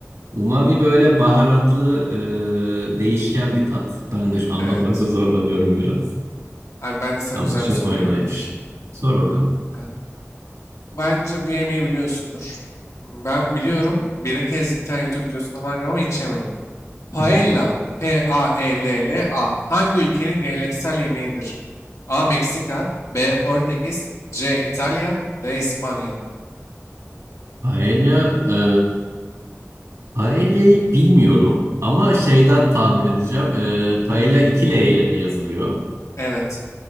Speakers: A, on the right; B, on the left.
A: Umami böyle baharatlı, e, değişken bir tat. Ben de şu- anlatmakta
B: Evet.
A: zorlanıyorum biraz.
B: Abi ben de sana
A: Ama
B: güzel
A: Japonya'daymış.
B: bir soru geliyor.
A: Sor bakalım.
B: Ha. Bence bu yemeği biliyorsundur. Ben biliyorum. Bir kez bir tane YouTube videosunda falan gördüm ama hiç yemedim. Paella.
A: Hı hı.
B: P-A-E-L-L-A. Hangi ülkenin geleneksel yemeğidir? A. Meksika. B. Portekiz. C. İtalya. D. İspanya.
A: Paella, e, paella'yı bilmiyorum ama şeyden tahmin edeceğim. E, paella 2 L ile mi yazılıyor?
B: Evet.